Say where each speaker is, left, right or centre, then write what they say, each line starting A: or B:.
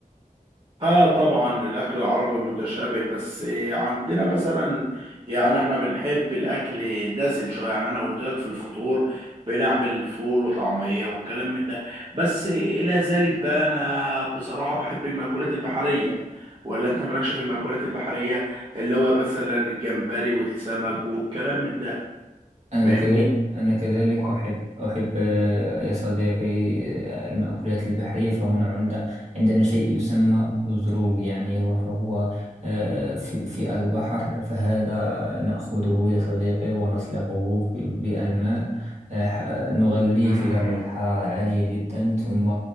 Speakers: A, on the right (about 35°); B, on the right (about 50°).
A: اه طبعا الاكل العربي متشابه بس عندنا مثلا يعني احنا بنحب الاكل دسم شويه يعني انا قلت لك في الفطور بنعمل فول وطعميه والكلام من ده بس الى ذلك بقى انا بصراحه بحب المأكولات البحريه ولا انت مالكش في المأكولات البحريه اللي هو مثلا الجمبري والسمك والكلام من ده
B: أنا
A: فاهمني
B: كذا أنا كذلك
A: و...
B: أحب أحب آه، يا صديقي آه، المأكولات البحرية فهنا عند عندنا شيء يسمى بزروق يعني هو فهو آه، في في البحر فهذا نأخذه يا صديقي ونسلقه ب- بأنماء آه، ح- نغليه
A: مم.
B: في درجة حرارة عالية جدا ثم